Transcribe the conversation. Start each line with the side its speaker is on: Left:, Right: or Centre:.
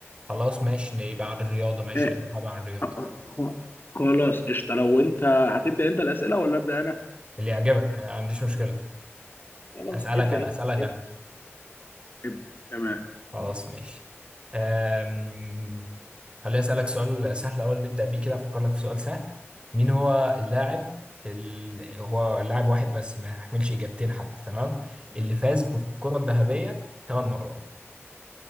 Right: خلاص ماشي يبقى عن الرياضة ماشي
Left: إيه.
Right: لو انت حابب عن الرياضة
Left: خ- خلاص قشطة لو انت هتبدأ انت الأسئلة ولا أبدأ انا؟
Right: اللي يعجبك آه، ما عنديش مشكلة
Left: خلاص
Right: أسألك
Left: ابدأ
Right: أنا
Left: انت
Right: أسألك
Left: ابدأ
Right: أنا
Left: ابدأ تمام
Right: خلاص ماشي أم... خليني أسألك سؤال سهل أول نبدأ بيه كده أفكر لك في سؤال سهل مين هو اللاعب ال... هو لاعب واحد بس ما يحملش إجابتين حتى تمام اللي فاز بالكرة الذهبية ثمان مرات